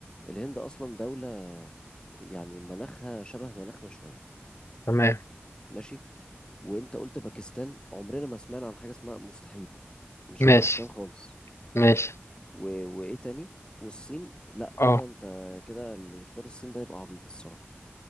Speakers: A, on the left; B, on the left.
A: الهند اصلا دولة يعني مناخها شبه مناخنا شوية
B: تمام
A: ماشي وانت قلت باكستان عمرنا ما سمعنا عن حاجة اسمها مستحيل مش
B: ماشي
A: باكستان خالص
B: ماشي
A: و... وايه تاني والصين لا
B: اه
A: كده انت كده اللي يختار الصين ده يبقى عبيط الصراحة